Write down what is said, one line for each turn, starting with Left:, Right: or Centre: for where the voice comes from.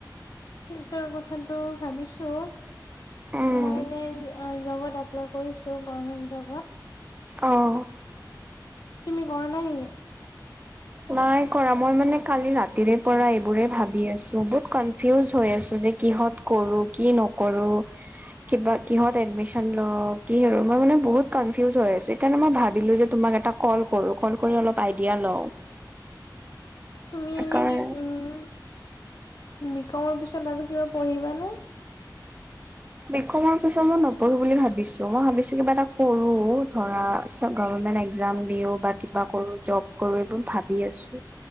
Left: ফিউচাৰৰ কথাটো ভাবিছো।
Right: উম
Left: মই এনে জবত এপ্লাই কৰিছোঁ গভৰ্মেণ্ট জবত।
Right: আহ।
Left: তুমি কৰা নাই নেকি?
Right: নাই কৰা মই মানে কালি ৰাতিৰে পৰা এইবোৰে ভাবি আছো বহুত কনফিউজ হৈ আছো যে কিহত কৰোঁ কি নকৰোঁ কিবা, কিহত এডমিশন লওঁ কি মই মানে বহুত কনফিউজ হৈছো সকাৰণে মই ভাবিলো যে ত কল কৰো কৰি অল আইডিয়া লওঁ।
Left: তুমি এনে
Right: কাৰণ
Left: কি, উম বিকমৰ পিছত আৰু কিবা পঢ়িবা? <inaudible>
Right: বিকমৰ পিছত মই নপঢ়ো বুলি ভাবিছো মই ভাবিছো কিবা এটা কৰো, ধৰা গভৰমেন্ট একজাম দিও বা কিবা কৰো জব কৰো এইবোৰ ভাবি আছো